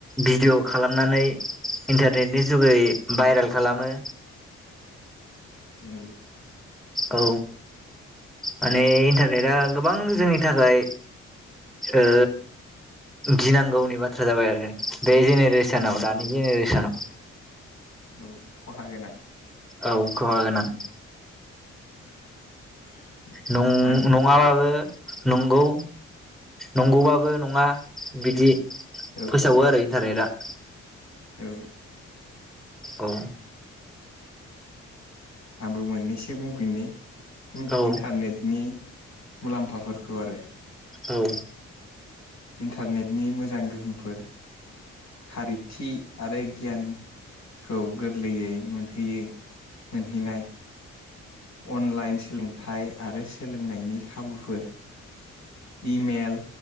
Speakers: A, in the centre; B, on the left (about 60°).
A: भिडिअ' खालामनानै इन्टारनेटनि जुगै भाइरेल खालामो।
B: औ
A: औ माने इन्टारनेटआ गोबां जोंनि थाखाय ओ गिनांगौनि बाथ्रा जाबाय आरो। बे जेनेरेसोनाव दानि
B: औ
A: जेनेरेसनाव
B: औ खहा गोनां।
A: औ खहा गोनां।
B: <inaudible>
A: नं
B: आं
A: नङा बाबो। नंगौ नंगौबाबो नङा बिदि।
B: औ
A: फोसावो आरो इन्टारनेट आ।
B: औ
A: अ
B: आंबो मोननैसो बुंफिननि। इन
A: औ
B: इन्टारनेटनि मुलामफाफोरखौ आरो।
A: औ
B: इन्टारनेटनि मोजां गोहोमफोर खारिथि आरो गियानखौ गोरलैयै मोनहैयो मोनहैनाय अनलाइन सोलोंथाइ आरो सोलोंनायनि खाबुफोर इमेल